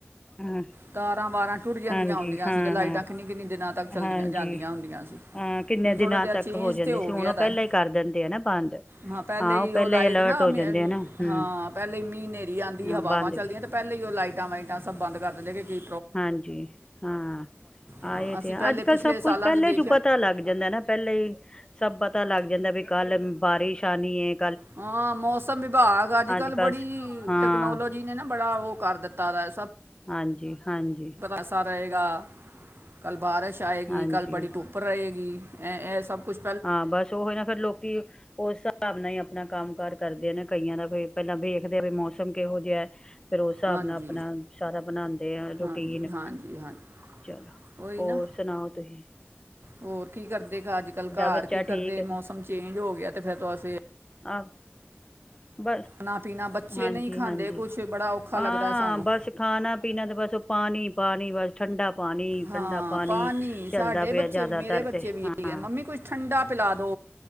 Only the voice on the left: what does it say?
ਹਾਂ
ਹਾਂਜੀ
ਹਾਂ
ਹਾਂ
ਹਾਂਜੀ
ਹਾਂ ਕਿੰਨੇ
ਦਿਨਾਂ
ਤੱਕ
ਹੋ ਜਾਂਦੀ
ਸੀ
ਹੁਣ ਉਹ
ਪਹਿਲਾਂ
ਹੀ ਕਰ ਦਿੰਦੇ ਆ ਨਾ ਬੰਦ।
ਪਹਿਲਾਂ
ਹੀ ਅਲਰਟ
ਹੋ ਜਾਂਦੇ ਆ ਨਾ ਹੂੰ
ਹਾਂ
ਬੰਦ
ਹਾਂਜੀ ਹਾਂ
ਆਏ
ਤੇ ਆ
ਅੱਜ-ਕੱਲ੍ਹ
ਸਭ ਕੁਛ
ਪਹਿਲੇ
'ਚ ਪਤਾ ਪਤਾ ਲੱਗ ਜਾਂਦਾ ਏ ਨਾ ਪਹਿਲਾਂ ਹੀ ਸਭ ਪਤਾ ਲੱਗ ਜਾਂਦਾ ਵੀ ਕੱਲ ਬਾਰਿਸ਼ ਆਉਣੀ ਐ
ਅੱਜ ਕੱਲ
ਹਾਂ
ਹਾਂਜੀ-ਹਾਂਜੀ।
ਹਾਂਜੀ
ਹਾਂ ਬਸ ਉਹੀ ਨਾ ਫਿਰ ਲੋਕੀ ਉਸ ਹਿਸਾਬ ਨਾਲ ਹੀ ਆਪਣਾ ਕੰਮ ਕਾਰ ਕਰਦੇ ਨੇ। ਕਈਆਂ ਦਾ ਕੋ ਪਹਿਲਾਂ ਵੇਖਦੇ ਹ ਵੀ ਮੌਸਮ ਕਿਹੋ ਜਿਹਾ। ਫਿਰ ਉਸ ਹਿਸਾਬ
ਨਾਲ ਆਪਣਾ ਸਾਰਾ ਬਣਾਦੇ ਆ ਰੂਟੀਨ।
ਚਲੋ
ਹੋਰ
ਸੁਣਾਓ ਤੁਸੀ?
ਬੱਚਾ
ਠੀਕ
ਹੈ
ਆਹ। ਬਸ
ਹਾਂਜੀ-ਹਾਂਜੀ।
ਹਾਂ
ਬਸ ਖਾਣਾ ਪੀਣਾ ਤੇ ਬਸ ਉਹ ਪਾਣੀ-ਪਾਣੀ ਬਸ। ਠੰਡਾ ਪਾਣੀ ਪਾਣੀ
ਠੰਡਾ ਪਾਣੀ ਚੱਲਦਾ
ਪਿਆ
ਜ਼ਿਆਦਾਤਰ
ਤੇ
ਹਾਂ।